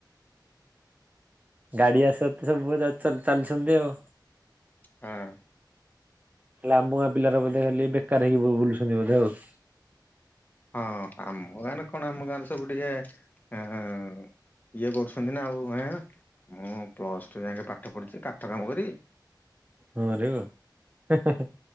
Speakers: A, on the right; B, on the left.
A: ଗାଡି ଆସ ତ ସବୁ ଚାଲଛନ୍ ଚାଲଛନ୍ତି ଆଉ।
B: ହଁ।
A: ଲାମୁଆ ପିଲାର ବୋଧେ ହେଲି ବେକାର ହେଇକି ବୁ ବୁଲୁଛନ୍ତି ବୋଧେ ଆଉ।
B: ହଁ ଆମ ଗାଁ ର କଣ ଆମ ଗାଁର ସବୁ ଟିକେ ଅ ଇଏ କରୁଛନ୍ତି ନା ଆଉ ଆ ମୁଁ ପ୍ଲସ ଟୁ ଯାଇକ ପାଠ। ପାଠ ପଢିଥିଲ କାଠ କାମ କରିବି।
A: ହଁ ରରେ ହଁ ହେଁ ହେଁ।